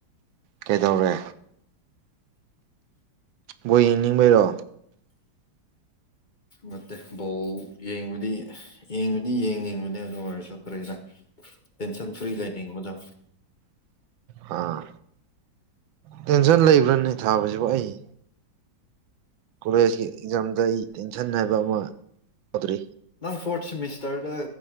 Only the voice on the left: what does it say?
ꯅꯠꯇꯦ ꯕꯣꯜ ꯌꯦꯡꯕꯗꯤ ꯌꯦꯡꯕꯗꯤ ꯌꯦꯡꯅꯤꯡꯕꯅꯦ ꯑꯗꯨ ꯑꯣꯏꯔꯁꯨ ꯀꯔꯤꯔ ꯇꯦꯟꯁꯟ ꯐ꯭ꯔꯤ ꯀ ꯃꯖꯣ
ꯅꯪ ꯐꯣꯔꯠ ꯁꯦꯃꯤꯁꯇꯔꯗ